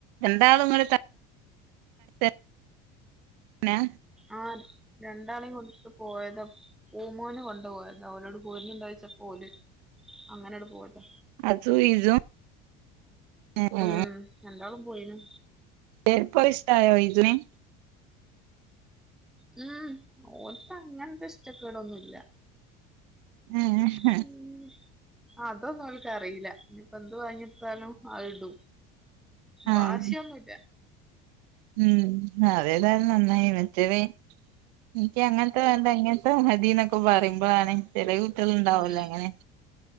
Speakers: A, on the right; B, in the centre.
A: എന്താണ് നിങ്ങള് ത <inaudible> ന്നാ
B: ആ രണ്ടാളെയും കൊണ്ടട്ട് പോയതാ ഊമോന് കൊണ്ടു പോയത ഓനവിടെ പുഴ മീൻ കഴിച്ചപ്പോ ഓല് അങ്ങനങ്ങട്ട് പോയതാ
A: അതു ഇതും ഏ
B: ഉം രണ്ടാളും പോയിന്
A: <unintelligible> ഇഷ്ടായോ ഈദ് മീൻ
B: ങ്ങാ ഓൽക്ക് അങ്ങനത്തെ ഇഷ്ടക്കേടൊന്നു ഇല്ല
A: ആഹ്
B: ഉം അതൊന്നു അവൾക്ക് അറിയില്ല ഇനിപ്പോ എന്ത് വാങ്ങികൊടുത്താലും ആളിടും
A: ആഹ്
B: വാശിയൊന്നു ഇല്ല
A: ഉം അതേതായാലും നന്നായി മറ്റേത് എനിക്ക് അങ്ങനത്തെ വേണ്ട ഇങ്ങ ത്തെ മതീന്നൊക്കെ പറയുമ്പളാണ് ചെറിയ കുട്ടികള് ഉണ്ടാവുവല്ലോ
B: ഉം
A: അങ്ങനെ